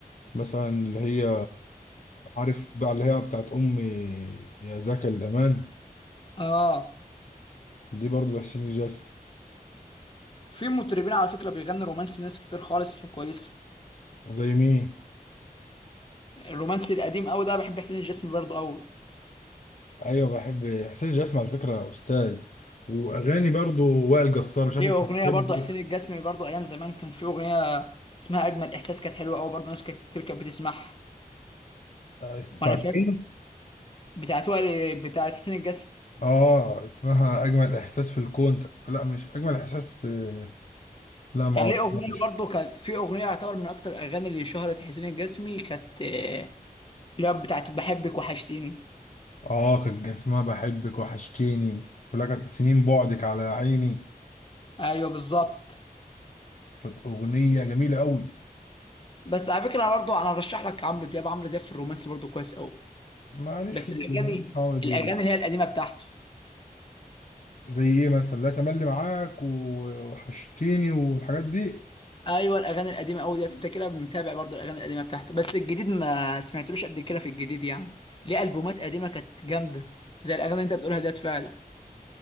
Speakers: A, on the left (about 55°); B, on the left (about 35°).
A: مثلا اللي هي عارف بقى اللي هي بتاعت أمي يا زكا الأمان
B: اه
A: دي برضو لحسين الجسمي
B: في مطربين على فكرة بيغنوا رومانسي ناس كتير خالص كويسة
A: زي مين؟
B: الرومانسي القديم أوي ده بحب حسين الجسمي برضه أوي
A: أيوة بحب حسين الجسمي على فكرة أستاذ وأغاني برضو وائل جسار مش
B: ليه
A: عارف أنت
B: أغنية
A: بتحبه
B: برضه حسين الجسمي برضه أيام زمان كان في أغنية اسمها أجمل إحساس كانت حلوة أوي برضه ناس كتير كانت بتسمعها
A: آه، بتاعت
B: وأنا فاكر
A: مين؟
B: بتاعت وائل بتاعت حسين الجسمي
A: آه اسمها أجمل إحساس في الكون لا مش أجمل إحساس آه، لا معرفهاش
B: كان ليه أغنية برضه كان في أغنية يعتبر من أكتر الأغاني اللي شهرت حسين الجسمي كانت آه، اللي هي بتاعت بحبك وحشتيني
A: آه كان اسمها بحبك وحشتيني ولك سنين بعدك على عيني
B: أيوه بالظبط
A: كانت أغنية جميلة أوي
B: بس على فكره برضو انا ارشح لك عمرو دياب عمرو دياب في الرومانس برضو كويس قوي
A: معلش
B: بس
A: في
B: الاغاني
A: معلش في عمرو دياب
B: الاغاني اللي هي القديمه بتاعته
A: زي ايه مثلا لا تملي معاك و- وحشتيني والحاجات دي
B: ايوه الاغاني القديمه قوي ديت انت كده متابع برضو الاغاني القديمه بتاعته بس الجديد ما سمعتلوش قد كده في الجديد يعني ليه البومات قديمه كانت جامده زي الاغاني اللي انت بتقولها ديت فعلا